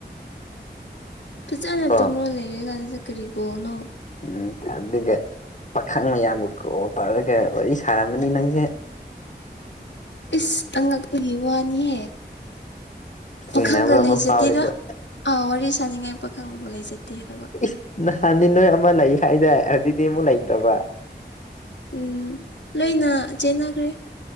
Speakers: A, on the left (about 80°); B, on the left (about 45°).
A: ꯐꯖꯅ
B: ꯀꯣ
A: ꯇꯨꯝꯂ ꯂꯩꯔ ꯀꯥꯟꯁꯤꯗ ꯀꯔꯤ ꯕꯣꯜꯅꯣ
B: ꯎꯝ ꯑꯗꯨꯒ ꯄꯥꯈꯪ ꯃꯌꯥꯝꯕꯨ ꯀꯣꯛ ꯇꯧꯔꯒ ꯋꯥꯔꯤ ꯁꯥꯔꯝꯒꯅꯤ ꯅꯪꯁꯦ
A: ꯏꯁ ꯑꯉꯛꯄꯒꯤ ꯋꯥꯅꯤꯍꯦ
B: ꯆꯤꯡꯅꯕ
A: ꯄꯥꯈꯪꯒ
B: ꯑꯃ
A: ꯂꯩꯖꯗꯦꯗ
B: ꯐꯥꯎꯋꯦꯕ
A: ꯑꯥ ꯋꯥꯔꯤ ꯁꯥꯅꯤꯡꯉꯥꯏ ꯄꯥꯈꯪꯕꯨ ꯂꯩꯖꯗꯦ ꯍꯥꯏꯕ
B: ꯢ ꯅꯍꯥꯟꯗꯤ ꯅꯣꯏ ꯑꯃ ꯂꯩ ꯍꯥꯢꯗꯥꯢ ꯍꯧꯖꯤꯛꯇꯤ ꯑꯃꯨꯛ ꯂꯩꯇ꯭ꯔꯕ
A: ꯎꯝ ꯂꯣꯏꯅ ꯆꯦꯟꯅꯈ꯭ꯔꯦ